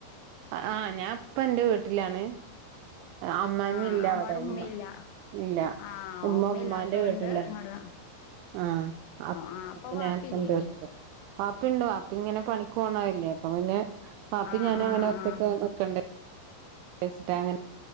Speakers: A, on the right (about 85°); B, on the left (about 85°).
A: ആഹ് ഞാൻ ഇപ്പോ എന്റെ വീട്ടിലാണ് അമ്മായി
B: ആ
A: അമ്മ ഇല്ല അവിടെ
B: ഉമ്മയില്ല
A: ഉമ്മ ഇല്ല
B: ആ
A: ഉമ്മ
B: ഉമ്മയില്ലാത്തോണ്ട്
A: ഉമ്മാന്റെ വീട്ടില
B: ഇങ്ങട് ആണോ
A: ആഹ
B: ആ അപ്പൊ
A: അപ്പ
B: വാപ്പയില്ലേ
A: ഞാൻപ്പ എന്റെ വീട്ടില് പപ്പയുണ്ടോ പാപ്പ ഇങ്ങനെ പണിക്ക് പോണാവില്ലേ അപ്പൊ പിന്നെ പാപ്പി
B: ആ
A: ഞാൻ
B: ആ
A: അങ്ങനെ
B: ആ
A: ഒറ്റക്കെ നിക്കണ്ടേ <unintelligible>